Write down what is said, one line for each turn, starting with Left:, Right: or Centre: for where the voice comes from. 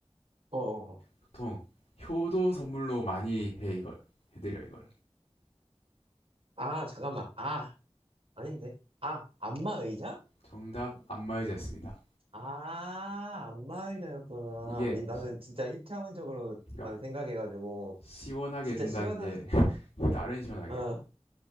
Right: 어, 어.
Left: 보통 효도 선물로 많이 해 이걸 해드려 이걸.
Right: 아, 잠깐만. 아, 아닌데. 아, 안마 의자?
Left: 정답 안마의자였습니다.
Right: 아, 안마 의자였구나.
Left: 이게
Right: 아니, 나는 진짜 1차원적으로만
Left: 그러니까
Right: 생각해가지고,
Left: 시원하게
Right: 진짜
Left: 해준다는
Right: 시원한,
Left: 게 <laughs> 다른
Right: <laughs>
Left: 시원하게야.
Right: 어.